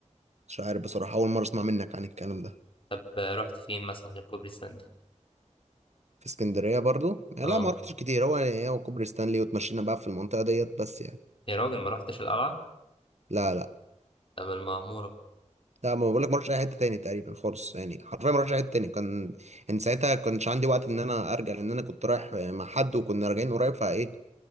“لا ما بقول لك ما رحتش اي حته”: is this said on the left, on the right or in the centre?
Right